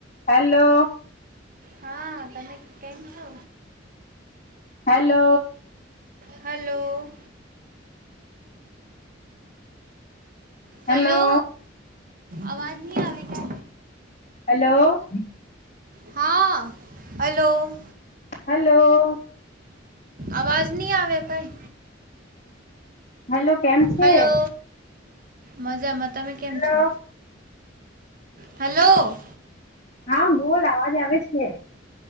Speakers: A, on the left; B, on the right.
A: Hello.
B: હા તમે કેમ છો?
A: હેલો.
B: હલો.
A: હેલો
B: હલો અવાજ નહી આવે કે
A: હેલો.
B: હા, હલો.
A: હલો.
B: અવાજ નહી આવેયા કઈ.
A: હેલો કેમ છે
B: હલો મજામાં તમે કેમ
A: હેલો
B: છો? હલો.
A: હા બોલ અવાજ આવે છે.